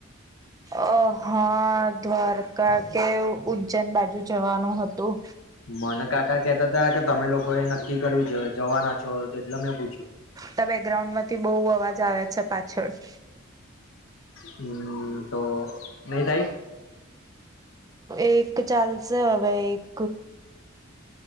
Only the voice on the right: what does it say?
અ, હા, દ્વારકા કે, ઉજ્જૈન બાજુ જવાનું હતું
તા બેકગ્રાઉન્ડ માંથી બહુ અવાજ આવે છે, પાછળ <inaudible>
એક ચાલશે હવે એક